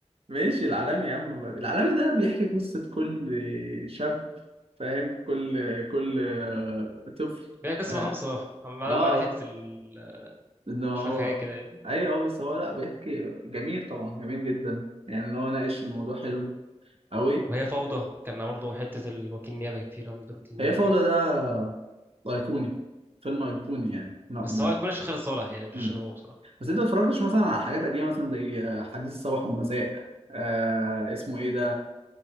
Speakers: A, on the right; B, on the right.
A: ماشي العالمي يا عم العالمي ده بيحكي قصة كل شاب فاهم كل كل طفل
B: يعني قصة
A: فاهم
B: محمد صلاح ما عدا
A: اه
B: ما عدا حتة ال...
A: ان هو
B: شوية حاجات كده يعني
A: ايوه آه، بس هو لا بيحكي جميل طبعا جميل جدا يعني ان هو ناقش الموضوع حلو قوي
B: وهي فوضى كان برضه حتة الوكيل النيابة كان فيه رمز دور وكيل النيابة
A: هي فوضى
B: فيه
A: ده ايقوني فيلم ايقوني يعني لا
B: بس
A: م-
B: هو يكون عشان خالد صالح يعني مش
A: مم.
B: عشان هو بصراحة
A: بس انت ما اتفرجتش مثلا على حاجات قديمة مثلا زي آه، حديث الصباح والمساء آه اسمه ايه ده